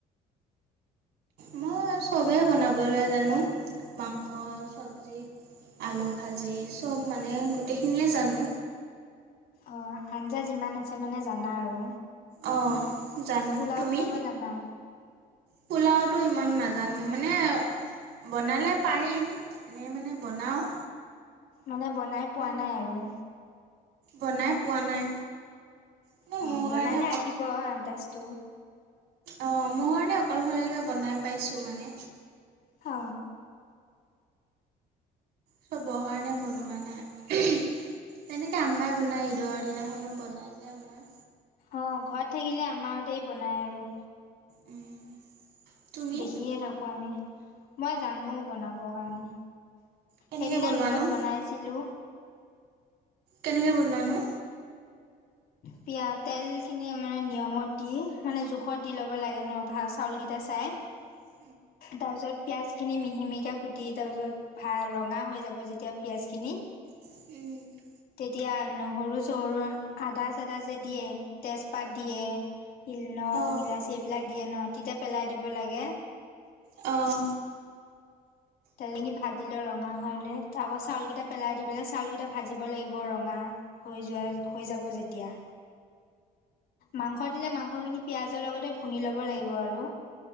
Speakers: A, on the right; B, on the left.
A: মই চবেই বনাবলৈ জানো মাংস চব্জি আলু ভাজি চব মানে গোটেইখিনিয়ে জানো।
B: অ, আঞ্জা যিমান আছে মানে জানা আৰু?
A: অ, জানো,
B: পোলাও
A: তুমি?
B: বনাব জানা?
A: পোলাওতো ইমান নাজানো মানে বনালে পাৰিম, এনেই মানে বনাওঁ,
B: মানে বনাই পোৱা নাই আৰু।
A: বনাই পোৱা নাই। মানে
B: অ,
A: মোৰ
B: বনালে
A: কাৰণে
B: আহিব আন্তাজটো।
A: অ, মই হ'লে অকলশৰীয়কৈ বনাই পাইছোঁ মানে।
B: অ,
A: চবৰ কাৰণে বনোৱা নাই। তেনেকে আমাই বনাই ঈদৰ দিনাখনো বনাই যে অম্মাই।
B: অ, ঘৰত থাকিলে আম্মাহতে বনাই আৰু।
A: উম, তুমি
B: দেখিয়ে থাকোঁ আমি মই জানো বনাবৰ কাৰণে।
A: কেনেকৈ
B: সেইদিনা
A: বনোৱানো
B: ৰুমত বনাইছিলোঁ।
A: কেনেকৈ বনোৱা নু?
B: পিয়া তেলখিনি মানে নিয়মত দি মানে জোখত দি ল'ব লাগে ন ভাল চাউলকেইটা চাই।
A: <inaudible>
B: তাৰ পিছত পিয়াজ খিনি মিহি মিহিকে কুটি, তাৰ পিছত ভাল ৰঙা হৈ যাব যেতিয়া পিয়াজ খিনি
A: উম
B: তেতিয়া নহৰু চহৰু, আদা চদা যে দিয়ে তেজপাত দিয়ে লং,
A: অঁ
B: ইলাচি এইবিলাক দিয়ে ন তেতিয়া পেলাই দিব লাগে
A: অঁ
B: তেনেকেই ভাজি লৈ ৰঙা হ'লে তাকো চাউল কেইটা পেলাই দি পেলাই চাউল কেইটা ভাজিব লাগিব ৰঙা হৈ যোৱা হৈ যাব যেতিয়া মাংস দিলে মাংসখিনি পিঁয়াজৰ লগতে ভুনি ল'ব লাগিব আৰু